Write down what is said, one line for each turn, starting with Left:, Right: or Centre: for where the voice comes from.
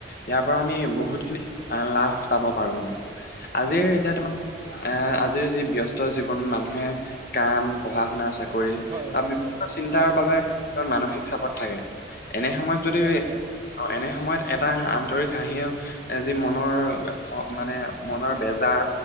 Left: ইয়াৰ পৰা আমি
Right: উম,
Left: বহুতখিনি অ', লাভ পাব পাৰো মানে আজিৰ
Right: উম,
Left: এতিয়া তোমাৰ এ আজিৰ যি ব্যস্ত জীৱনত মানুহে কাম পঢ়া শুনা চাকৰি কৰি
Right: হয়,
Left: বা বিভিন্ন চিন্তাৰ
Right: অ', অ,
Left: বাবে মানসিক চাপত থাকে। এনে সময়ত
Right: থাকে,
Left: যদি
Right: থাকে,
Left: অ', এনে সময়ত এটা আন বাতৰি হাঁহি যি মনৰ মানে মনৰ বেজাৰ